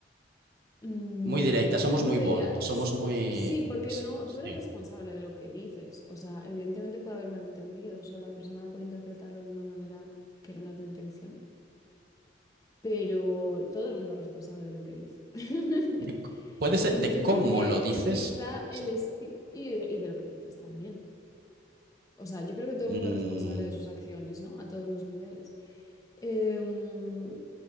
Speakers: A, on the left; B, on the right.
A: mm,
B: Muy directa, somos
A: ¿cómo
B: muy
A: te
B: bold,
A: diría? Es-
B: somos muy...
A: tú- sí, porque
B: sí,
A: no,
B: Sí.
A: tú eres responsable de lo que dices, o sea, evidentemente puede haber malentendidos o la persona puede interpretarlo de una manera que no era tu intención, pero todo el mundo es responsable de lo que dice. <laughs>
B: de- puede ser
A: Y
B: de
A: yo
B: cómo
A: creo que
B: lo dices,
A: quizá
B: puede
A: el
B: ser.
A: estilo, y, de y de lo que dices también. O sea, yo creo que todo
B: Mm,
A: el mundo es responsable de sus acciones, ¿no? A todos los niveles. Em,